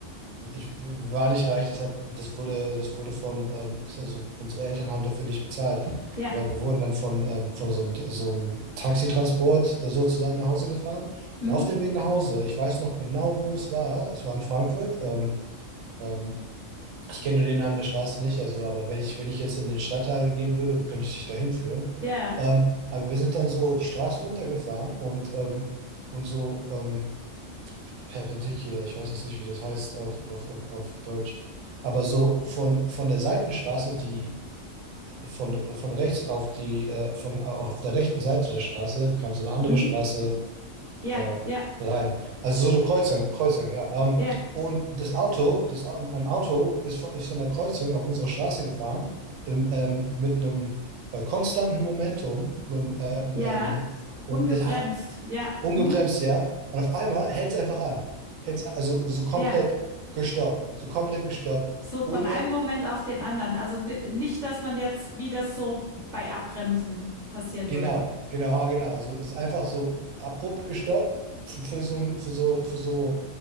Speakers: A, on the right (about 80°); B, on the right (about 40°).
A: ich war nicht reich, das hat, das wurde, das wurde von, ähm, ist also unsere Eltern haben dafür nicht bezahlt.
B: ja,
A: Aber wir wurden dann von, ähm, von so einem, so einem Taxitransport äh, sozusagen nach Hause gefahren.
B: mhm,
A: Und auf dem Weg nach Hause, ich weiß noch genau, wo es war. Es war in Frankfurt. Ähm, ähm, ich kenne den Namen der Straße nicht, also, aber wenn ich, wenn ich jetzt in den Stadtteil gehen würde, könnte ich dich dahin führen.
B: ja,
A: Ähm, aber wir sind dann so die Straße runtergefahren und, ähm, und so, ähm, perpendicular, ich weiß jetzt nicht, wie das heißt auf, auf, auf, auf Deutsch, aber so von, von der Seitenstraße, die von, von rechts auf die, äh, von auf der rechten Seite der Straße kam so eine andere
B: mhm,
A: Straße
B: ja,
A: äh,
B: ja,
A: rein. Also so eine Kreuzung, Kreuzung, ja. Ähm,
B: ja,
A: und das Auto, das, Au- ein Auto ist von, ist von der Kreuzung auf unsere Straße gefahren im, ähm, mit einem äh, konstanten Momentum ähm, ähm,
B: ja,
A: und
B: ungebremst,
A: es,
B: ja,
A: ungebremst,
B: mhm,
A: ja. Und auf einmal hält es einfach an. Hält's, also so komplett
B: ja.
A: gestoppt, so komplett gestoppt,
B: So von
A: ohne,
B: einem Moment auf den anderen. Also nicht, dass man jetzt, wie das so bei Abbremsen passieren
A: genau,
B: würde.
A: genau, ah, genau. So es ist einfach so abrupt gestoppt für, für so ein, für so, für so,